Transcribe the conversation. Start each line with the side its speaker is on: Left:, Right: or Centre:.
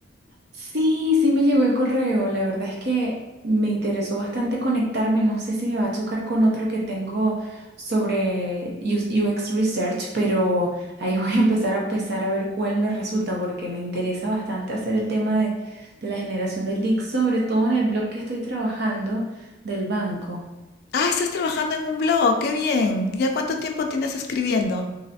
Right: Sí, sí me llegó el correo. La verdad es que me interesó bastante conectarme. No sé si me va a chocar con otro que tengo sobre U- UX Research, pero ahí <laughs> voy a empezar a pesar a ver cuál me resulta porque me interesa bastante hacer el tema de, de la generación de leads, sobre todo en el blog que estoy trabajando del banco.
Left: Ah, estás trabajando en un blog, qué bien. ¿Ya cuánto tiempo tienes escribiendo?